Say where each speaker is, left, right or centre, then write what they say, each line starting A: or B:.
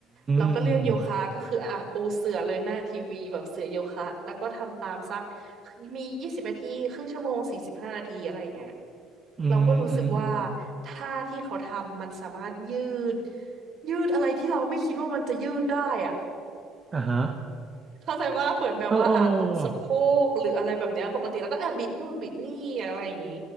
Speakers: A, on the right; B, on the right.
A: เราก็เลือกโยคะก็คืออ่ะปูเสื่อเลยหน้าทีวีแบบเสื่อโยคะแล้วก็ทำตามสัก
B: มอืม
A: มียี่สิบนาทีครึ่งชั่วโมงสี่สิบห้านาทีอะไรอย่างเงี้ย
B: อืมอืมอืมอ
A: เราก็รู้สึกว่าท่าที่เขาทำมันสามารถยืดยืดอะไรที่เราไม่คิดว่ามันจะยืดได้อะ
B: ่าฮะ
A: เข้าใจว่าเหมือนแบบว่าอาจตรงสะโพกหรืออะไรแบบเนี้ยปกติแล้วก็อ่ะบิดนู่นบิดนี่อะไรอย่างนี้
B: เออเออเออเออ